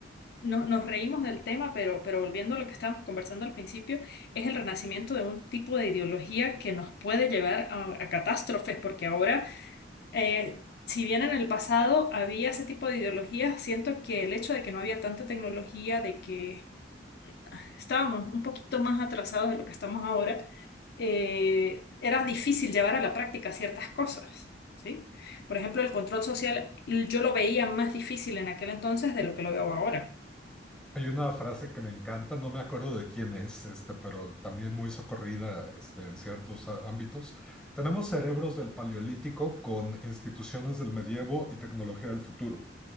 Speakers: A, on the left; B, in the centre.
A: no- nos reímos del tema, pero, pero volviendo a lo que estábamos conversando al principio, es el renacimiento de un tipo de ideología que nos puede llevar a a catástrofes, porque ahora eh, si bien en el pasado había ese tipo de ideologías, siento que el hecho de que no había tanta tecnología, de que estábamos un poquito más atrasados de lo que estamos ahora, eh, era difícil llevar a la práctica ciertas cosas, ¿sí? Por ejemplo, el control social yo lo veía más difícil en aquel entonces de lo que lo veo ahora.
B: Hay una frase que me encanta, no me acuerdo de quién es, este, pero también muy socorrida, este, en ciertos á- ámbitos. Tenemos cerebros del Paleolítico con instituciones del medievo y tecnología del futuro.